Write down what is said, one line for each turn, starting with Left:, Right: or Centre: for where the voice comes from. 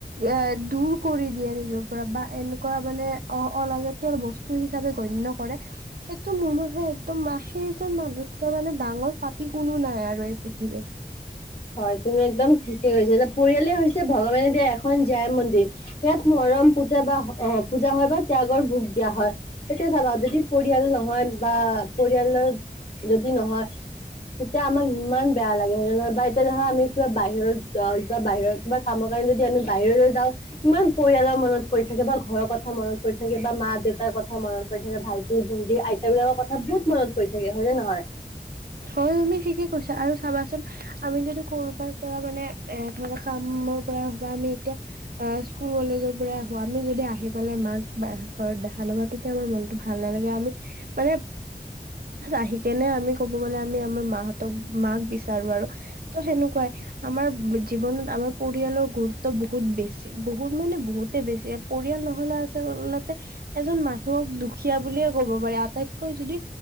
Right: এ দূৰ কৰি দিয়ে নিজৰ পৰা, বা এনেকুৱা মানে অ' অলাগ টিয়াল বস্তু হিচাপে গণ্য কৰে, সেইটো মোৰ মতে একদম সেইজন মানুহ মানে ডাঙৰ পাপি কোনো নাই আৰু এই পৃথিৱীত।
Left: হয়, তুমি একদম ঠিকে কৈছা। যে পৰিয়ালে হৈছে ভগৱানে দিয়া এখন জাই মন্দিৰ। ইয়াত মৰম পূজা বা অ' পূজা হয় বা ত্যাগৰ ভোগ দিয়া হয়। এতিয়া চাবা যদি পৰিয়াল নহয় বা পৰিয়ালৰ যদি নহয়। তেতিয়া আমাক ইমান বেয়া লাগে হয় নে নহয়। বা তেনেহ'লে আমি কিবা বাহিৰত বা বা বাহিৰৰ কিবা কামৰ কাৰণে যদি আমি বাহিৰলৈ যাওঁ। ইমান পৰিয়ালৰ মনত পৰি থাকে বা ঘৰৰ কথা মনত পৰি থাকে বা মা দেউতাৰ কথা মনত পৰি থাকে, ভাইটি ভন্টি আইতা বিলাকৰ কথা বহুত মনত পৰি থাকে হয় নে নহয়।
Right: হয়, তুমি ঠিকে কৈছা। আৰু চাবাচোন আমি যদি ক'ৰবাৰ পৰা মানে এ ধৰা কামৰ পৰা বা আমি এতিয়া অ', স্কুল কলেজৰ পৰা আহো, আমি যদি আহি পেলাই মাক বা ঘৰত দেখা নাপাওঁ তেতিয়া আমাৰ মনতটো ভাল নালাগে। আমি মানে আহি কেনে আমি ক'ব গ'লে আমি আমাৰ মাহঁতক মাক বিচাৰো আৰু। ত' সেনেকুৱাই, আমাৰ জীৱনত আমাৰ পৰিয়ালৰ গুৰুত্ব বহুত বেছি। বহুত মানে বহুতে বেছি। পৰিয়াল নহ'লে আচলতে এজন মানুহক দুখীয়া বুলিয়ে ক'ব পাৰে। আটাইতকৈ যদি